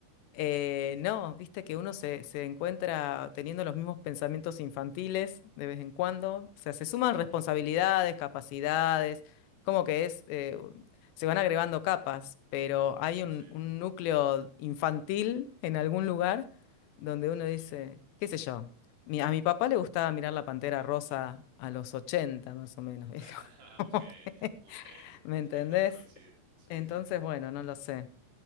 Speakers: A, on the left; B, on the right.
A: Eh,
B: Mm,
A: no, viste que uno se, se encuentra teniendo los mismos pensamientos infantiles de vez en cuando. O sea, se suman
B: ujú.
A: responsabilidades, capacidades, como que es, eh, se van agregando capas, pero hay un,
B: Sí,
A: un núcleo infantil en algún lugar donde uno
B: sí.
A: dice, qué sé yo, mi- a mi papá le gustaba mirar La Pantera Rosa a los 80 más o menos. <laughs> Es
B: <laughs> Un
A: como
B: genio,
A: que,
B: un genio.
A: ¿Me entendés?
B: <laughs> Coincido. Sí,
A: Entonces,
B: sí, sí.
A: bueno, no lo sé.